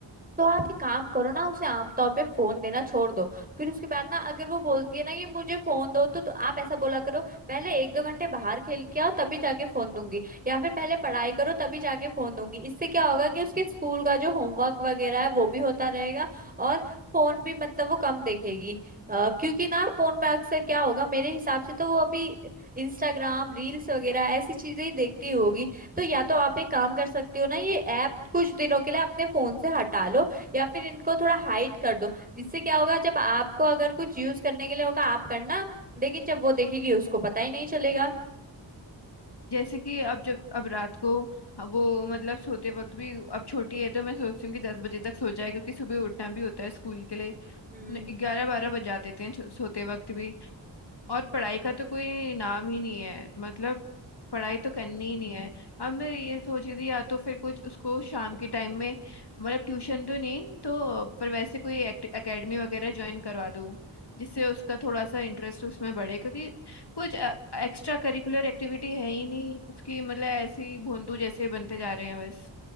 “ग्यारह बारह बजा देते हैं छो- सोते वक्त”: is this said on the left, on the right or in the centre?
Left